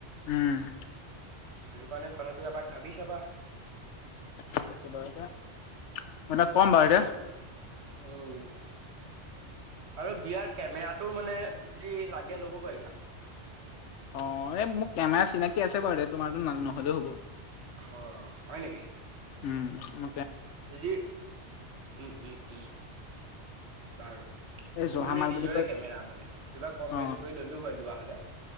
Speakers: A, on the left; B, on the right.
A: উম।
B: সেইটো কাৰণে কথাটো এবাক ভাবি চাবা।
A: ঠিক আছে বাৰু দে মই তাক কম বাৰু দে।
B: উম উম, আৰু বিয়াৰ কেমেৰাটো মানে যদি লাগে ল'ব পাৰিবা।
A: অ, এই মোৰ কেমেৰা চিনাকি আছে বাৰু দে তোমাৰতো নাল নহ'লেও হ'ব।
B: অ, হয় নেকি?
A: উম, ম
B: <inaudible> উম, উম, উম। বাৰু,
A: এই জহা
B: মোৰ মানে
A: মাল
B: নিজৰে
A: বুলি কয়
B: কেমেৰা মানে কিবা কম
A: অ
B: বেচ কৰি ল'লো হয় লোৱা হ'লে।